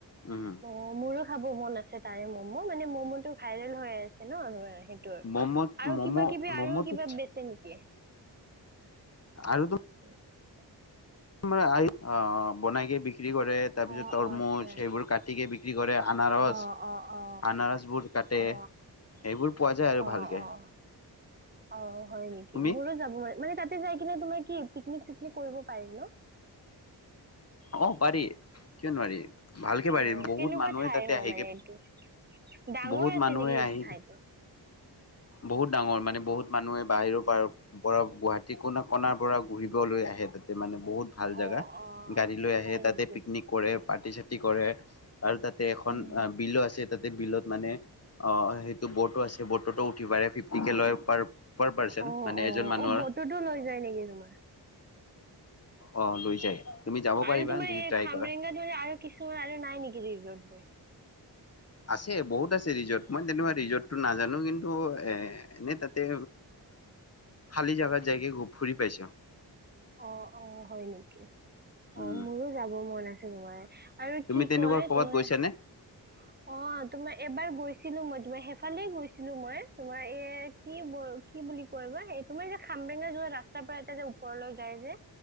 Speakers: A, on the left; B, on the right.
A: উম
B: অ মোৰো খাব মন আছে তাৰে ম, ম মানে ম'ম ভাইৰেল হৈ আছে নোৱাই সেইটোৰ
A: ম'ম'ত
B: আৰু
A: ম'ম'
B: কিবা কিবি আৰু
A: ম'ম'টোত
B: কিবা বেচে নেকি,
A: আৰু তুম
B: <inaudible>
A: তোমাৰ অ বনাইকে বিক্ৰী কৰে তাৰ পিছত
B: অ
A: তৰমুজ
B: অ আচ্ছা
A: সেইবোৰ কাটিকে বিক্ৰী কৰে, আনাৰস
B: অ অ অ
A: আনাৰসবোৰ কাটে,
B: অ
A: সেইবোৰ পোৱা যায় আৰু
B: অ
A: ভালকে,
B: অ অ হয় নেকি
A: তুমি
B: মোৰো যাব মাৰে মানে তাত, যাই কিনে তোমাৰ কি পিকনিক চিকনিক কৰিব পাৰি ন,
A: অ', পাৰি, কিয় নোৱাৰি? ভালকে
B: অ
A: পাৰিম। বহুত
B: কেনেকুৱা
A: মানুহে
B: ঠাই
A: তাতে
B: হয়
A: আহিকে
B: মানে এইটো? ডাঙৰ
A: বহুত
B: আছে
A: মানুহে
B: নেকি এই
A: আহি
B: ঠাইতো?
A: বহুত ডাঙৰ মানে বহুত মানুহে বাহিৰৰ পৰা পৰা গুৱাহাটী কনা কণাৰ পৰা ঘূৰিবলৈ আহে। আহে তাতে মানে, বহুত ভাল
B: অ
A: জেগা,
B: অ
A: গাড়ী লৈ আহে
B: হয়
A: তাতে
B: নেকি?
A: পিকনিক কৰে পাৰ্টি- চাৰ্টি কৰে। আৰু তাতে এখন
B: উম।
A: অ', বিলো আছে তাতে বিলত মানে অ', সেইটো বটো আছে বটতো উ ফিফটিকে লয়, পাৰ
B: অ',
A: মানে
B: অ',
A: এজন মানুহৰ
B: অ' বততো লৈ যায় নেকি? তোমাৰ
A: অ', লৈ যায়। যাব
B: আৰু
A: পাৰিবা
B: তোমাৰ
A: যদি
B: এই
A: ট্ৰাই
B: খামৰেংগা
A: কৰা
B: ধৰি আৰু কিছুমান আৰু নাই নেকি ৰিজৰ্ট বোৰ।
A: আছে, বহুত আছে। ৰিজৰ্ট মই তেনেকুৱা ৰিজৰ্টটো নাজানো। কিন্তু এ এনে তাতে খালী জাগাত যাইকে ফুৰি পাইছো।
B: অ', অ', হয় নেকি অ,
A: উম
B: মোৰো যাব মন আছে তোমাৰ আৰু
A: তুমি
B: কি
A: তেনেকুৱা
B: কয়?
A: কৰ'বাত
B: তোমাৰ
A: গৈছানে
B: অ', তোমাৰ এবাৰ গৈছ। ছিলো মই তোমাৰ সেইফালে গৈছিলো মই তোমাৰ এই কি- কি বুলি কয় বা তোমাৰ যে কামৰেঙা যোৱা ৰাস্তাৰ পৰা এটা যে ওপৰলৈ যায়, যে